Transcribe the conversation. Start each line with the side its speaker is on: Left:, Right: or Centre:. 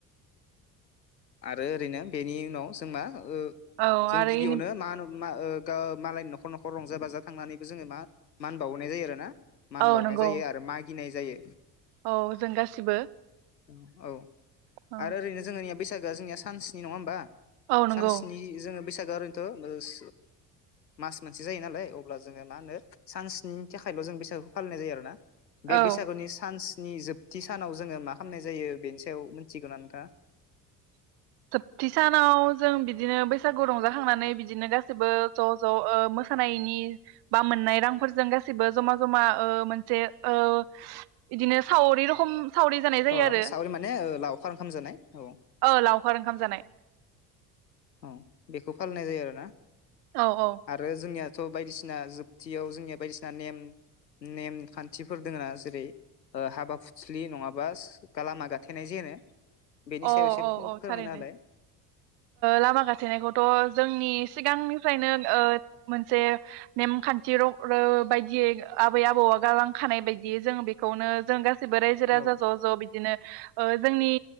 Left: आरो ओरैनो बेनि उनाव जों मा ओ
Right: औ
Left: जों
Right: आरो
Left: गिबियावनो
Right: इनि
Left: मा होनो मा ओ गो मालायनि न'खर न'खर रंजा बाजा थांनानैबो जोङो मा मान बावनाय जायो आरो ना मान
Right: औ
Left: बावनाय
Right: नंगौ
Left: जायो आरो मागिनाय जायो
Right: औ जों गासिबो
Left: <inaudible> औ
Right: औ
Left: आरो ओरैनो जोंनिया दा जोंनि सानसनि नङा होनबा?
Right: औ नंगौ
Left: सानसेनि जोङो बैसागोआ ओरैनोथ' ओस मास मोनसे जायो नालाय अब्ला जोङो मा होनो सानसेनि थाखायल' जों बैसागुखौ फालिनाय जायो आरोना बे
Right: औ
Left: बैसागुनि सान्स नि जोबथि सानाव जोङो मा खालामनाय जायो बेनि सायाव मिनथिगौना नोंथाङा
Right: सोबथि सानाव जों बिदिनो बैसागु रंजाखांनानै बिदिनो गाैबो ज' ज' मोसानायनि बा मोननाय रांफोरजों गासैबो जमा जमा मोनसे बिदिनो सावरि रखम सावरि जानाय जायो
Left: अ
Right: आरो
Left: सावरि माने ओ लावखार ओंखाम जानाय औ
Right: ओ लावखार ओंखाम जानाय
Left: औ बेखौ फालिनाय जायो आरो ना <inaudible>
Right: औ औ
Left: आरो जोंनिया थ' बायदिसिना जोबथियाव जोंनिया बायदिसिना नेम नेम खान्थिफोर दोङना जेरै ओ हाबा फुस्लि नङाबा गा लामा गाथेनाय जे ओनो बेनि
Right: अ
Left: सायाव एसे
Right: औ
Left: फोरमायना
Right: औ थारैनो
Left: होलाय
Right: लामा गाथे नायखौथ' जोंनि सिगांनिफ्रायनो ओ मोनसे नेमखान्थि ओ बायदियै आबै आबौआ गालांखानाय बायदियै जों बेखौनो जों गा गासिबो रायजो राजा
Left: औ
Right: ज' ज' बिदिनो ओ जोंनि